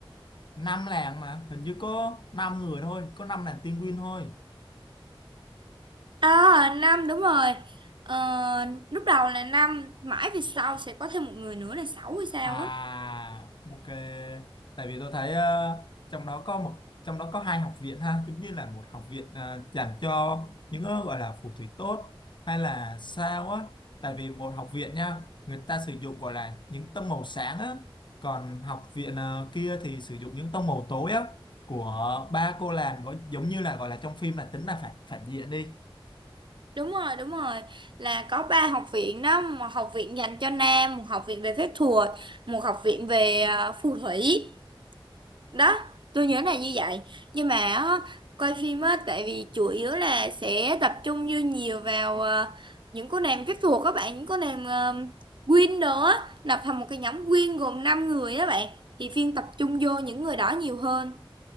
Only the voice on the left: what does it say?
năm làng mà hình như có năm người thôi có năm làng tiên quy thôi
À,
ok. Tại vì tôi thấy ờ, trong đó có một trong đó có hai học viện ha, giống như là một học viện ờ, dành cho những ờ, gọi là phù thủy tốt hay là sao á. Tại vì một học viện nha, người ta sử dụng gọi là những tông màu sáng á, còn học viện ờ, kia thì sử dụng những tông màu tối á của ba cô làng gọi- giống như là gọi là trong phim là tính là phản phản diện đi.